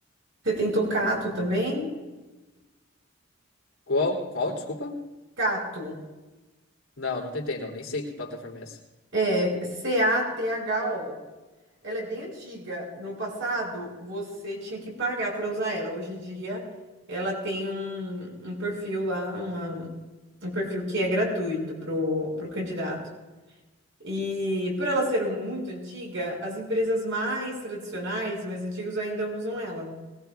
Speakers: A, on the right (about 60°); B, on the left (about 85°).
A: Você tem Tocato também?
B: Qual? Qual? Desculpa?
A: Cato.
B: Não, não tentei, não. Nem sei que plataforma é essa.
A: É, C-A-T-H-O. Ela é bem antiga. No passado, você tinha que pagar para usar ela. Hoje em dia, ela tem um, um perfil lá, uma- um perfil que é gratuito pro, pro candidato. E por ela ser um- muito antiga, as empresas mais tradicionais, mais antigas, ainda usam ela.